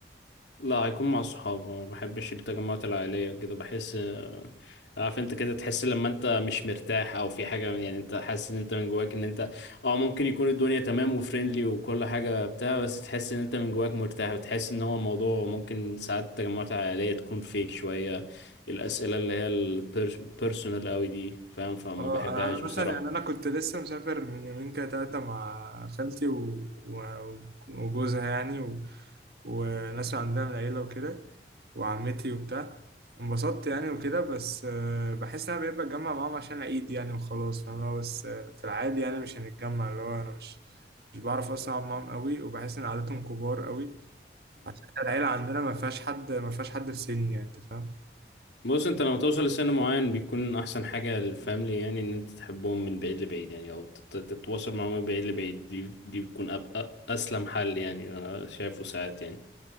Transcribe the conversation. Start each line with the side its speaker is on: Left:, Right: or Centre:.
Left: لا هيكون مع الصحاب ما بحبش التجمعات العائلية كده بحس آه، عارف انت كده تحس لما انت مش مرتاح او في حاجة يعني انت حاسس ان انت من جواك ان انت اه ممكن يكون الدنيا تمام وفريندلي وكل حاجة بتاع بس تحس ان انت من جواك مرتاح وتحس ان هو الموضوع ممكن ساعات التجمعات العائلية تكون فيك شوية الأسئلة اللي هي البيرسونال قوي دي فاهم فما
Right: اه
Left: بحبهاش
Right: انا انا مثلا
Left: بصراحة
Right: يعني انا كنت لسه مسافر من يومين كده تلاته مع خالتي و- و- وجوزها يعني و- وناس عندها من العيله وكده وعمتي وبتاع انبسطت يعني وكده بس آه، بحس ان انا بقيت بتجمع معاهم عشان العيد يعني وخلاص فاهم اللي هو بس آه، في العادي يعني مش هنتجمع اللي هو انا مش مش بعرف اصلا اقعد معاهم قوي وبحس ان عادتهم كبار قوي عشان العيله عندنا ما فيهاش حد ما فيهاش حد في سني يعني انت فاهم
Left: بص انت لما توصل لسن معين بيكون احسن حاجة للفاميلي يعني ان انت تحبهم من بعيد لبعيد يعني او تت- تتواصل معاهم من بعيد لبعيد دي دي بتكون أب- أ- اسلم حل يعني انا شايفه ساعات يعني